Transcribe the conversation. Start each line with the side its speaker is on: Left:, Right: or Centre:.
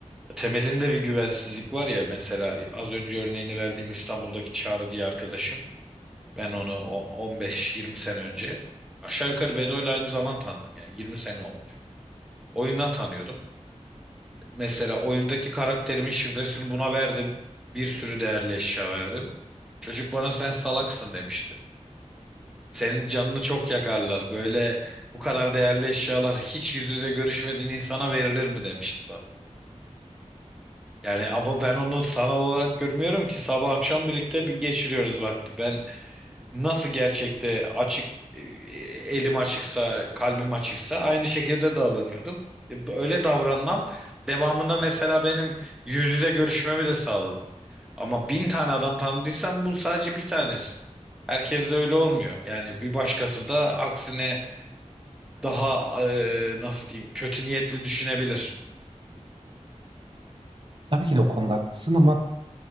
Centre: temelinde bir güvensizlik var ya mesela az önce örneğini verdiğim İstanbul'daki Çağrı diye arkadaşım ben onu o 15-20 sene önce aşağı yukarı Bedo'yla aynı zaman tanıdım yani 20 sene olmuş. Oyundan tanıyordum. Mesela oyundaki karakterimin şifresini buna verdim. Bir sürü değerli eşya verdim. Çocuk bana sen salaksın demişti. Senin canını çok yakarlar. Böyle bu kadar değerli eşyalar hiç yüz yüze görüşmediğin insana verilir mi demişti bana. Yani ama ben onu sanal olarak görmüyorum ki sabah akşam birlikte bir geçiriyoruz vakti. Ben nasıl gerçekte açık e, elim açıksa, kalbim açıksa aynı şekilde davranıyordum. E, Öyle davranmam devamında mesela benim yüz yüze görüşmemi de sağladı. Ama bin tane adam tanıdıysam bu sadece bir tanesi. Herkes de öyle olmuyor. Yani bir başkası da aksine daha e, nasıl diyeyim kötü niyetli düşünebilir.
Right: Tabii ki de o konuda haklısın ama